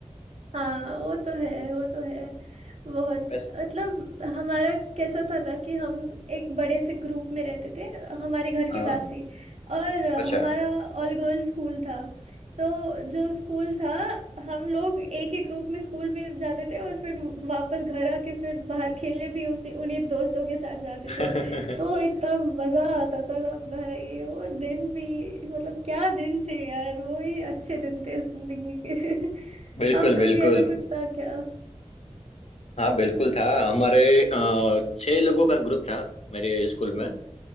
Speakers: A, on the right; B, on the left.
A: हाँ वो तो है वो तो है बहुत
B: बस
A: मतलब हमारा कैसा था ना कि हम एक बड़े से ग्रुप में रहते थे हमारे घर
B: हाँ
A: के पास ही और अ,
B: अच्छा
A: हमारा ऑल गर्ल्स स्कूल था तो जो स्कूल था हम लोग एक ही ग्रुप में स्कूल में जाते थे और फिर वापस घर आके फिर बाहर खेलने भी उसी उन्हीं दोस्तों के साथ जाते
B: <laughs>
A: थे तो इतना मजा आता था ना भाई वो दिन भी मतलब क्या दिन थे यार वो ही अच्छे दिन थे जिंदगी के <laughs>
B: बिल्कुल
A: आपका
B: बिल्कुल
A: भी ऐसा कुछ था क्या
B: हाँ बिल्कुल था हमारे अ, छह लोगों का ग्रुप था मेरे स्कूल में